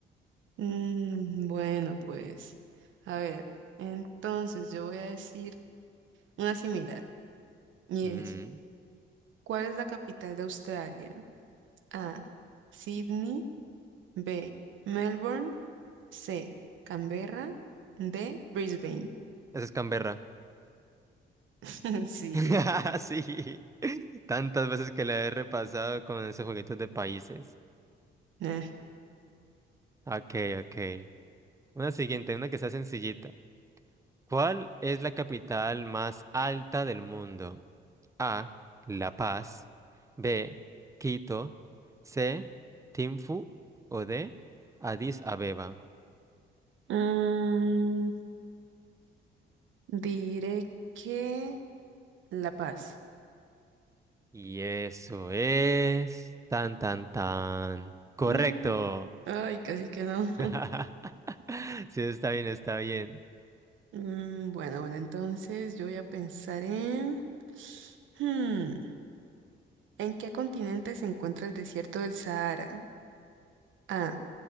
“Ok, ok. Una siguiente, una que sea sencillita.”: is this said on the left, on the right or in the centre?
Right